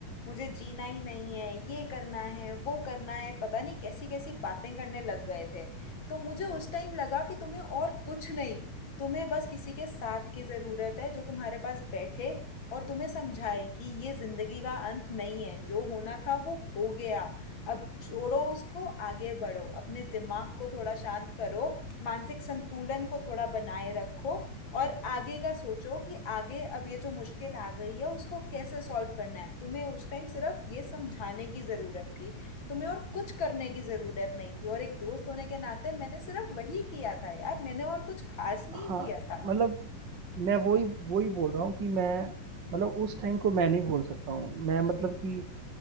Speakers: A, on the left; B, on the right.
A: मुझे जीना ही नहीं है ये करना है वो करना है पता नहीं कैसी कैसी बातें करने लग गए थे तो मुझे उस टाइम लगा कि तुम्हें और कुछ नहीं तुम्हें बस किसी के साथ की ज़रूरत है जो तुम्हारे पास बैठे और तुम्हें समझाए कि ये ज़िंदगी का अंत नहीं है जो होना था वो हो गया अब छोड़ो उसको आगे बढ़ो अपने दिमाग को थोड़ा शांत करो मानसिक संतुलन को थोड़ा बनाए रखो और आगे का सोचो कि आगे अब ये जो मुश्किल आ गई है उसको कैसे सॉल्व करना है तुम्हें उस टाइम सिर्फ ये समझाने की ज़रूरत थी तुम्हें और कुछ करने की ज़रूरत नहीं थी और एक दोस्त होने के नाते मैंने सिर्फ वही किया था यार मैंने और कुछ खास नहीं
B: हाँ
A: किया था
B: मतलब मैं वही वही बोल रहा हूँ कि मैं मतलब उस टाइम को मैं नहीं भूल सकता हूँ मैं मतलब कि